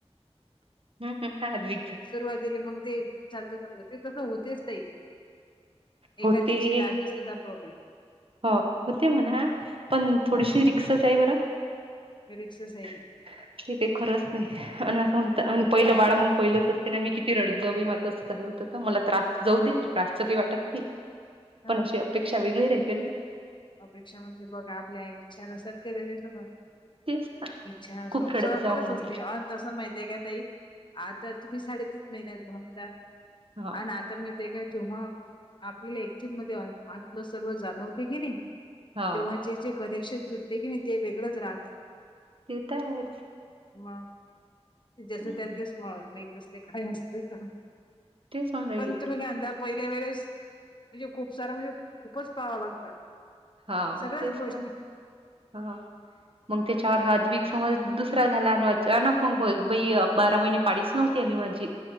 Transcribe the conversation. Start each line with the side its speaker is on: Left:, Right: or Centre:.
Right: हम्म हम् हवी.
Left: सुरुवातीली मग ते झालत समद ते तसं होतेच तई.
Right: होते
Left: एखाद्याची राहतेच तसा प्रॉब्लेम.
Right: हो होते म्हणा पण
Left: हं.
Right: थोडीशी रिकसच आहे बरं. <inaudible>
Left: रिक्सच आहे ती.
Right: ते काही खरंच नाही आणि असं म्हणत
Left: नाही
Right: पहिलं बाळा मग. पहिलंच असते ना मी किती रडत जऊ माझं असं झालं होतं तर मला त्रास जाऊ दे त्रासच काही वाटतात.
Left: हां.
Right: पण अशी अपेक्षा वेगळी राहते ना.
Left: अपेक्षा म्हणजे बघा आपल्या इच्छा नसतात का त्याच्यातु. <inaudible>
Right: तेच ना
Left: इच्छा
Right: खूप
Left: सोब
Right: रडत
Left: सगळंच
Right: जाऊ मग
Left: असते
Right: मी
Left: अ तसं माहित आहे का तई‌ आता तुम्ही साडेतीन महिन्यात घन द आणि
Right: हा
Left: आता. आता मी ते का जेव्हा आपल्याला एटंग मध्ये आलं सर्व जाणवते की नाही.
Right: हा
Left: तेव्हा जे जे कनेक्शन सुटते की नाही ते वेगळंच राहते.
Right: ते तर हाय.
Left: मग जस
Right: हम्म.
Left: त्यांनीस मग मीतस ते काय असत तर.
Right: ते सांग राहिली.
Left: पण तुम्ही काय म्हणता पहिल्या वेळेस म्हणजे खूप सारा म्हणजे खूपच पाळाव लागतात.
Right: हा
Left: सगळ्याच
Right: तेच
Left: गोष्टी
Right: ना हा.
Left: <inaudible>
Right: मग त्या चवर हातक समज दुसरा झाला अचानक मग बारा महिने. पाडीच नव्हती आणि माझी.